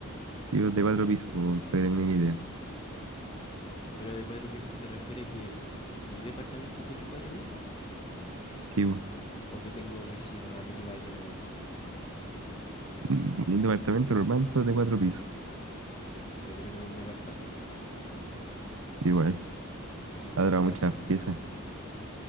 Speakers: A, on the right; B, on the left.
A: Sí, pues, de cuatro pisos, pues, para que tengan una idea.
B: Pero de cuatro pisos se refiere que mi departamento tiene cuatro pisos
A: Sí, pues,
B: o que tengo vecinos arriba y uno abajo.
A: un un departamento normal, todo de cuatro pisos.
B: Mm, Yo creo que en un departamento.
A: Igual,
B: Es que en
A: habrá
B: una casa.
A: muchas piezas.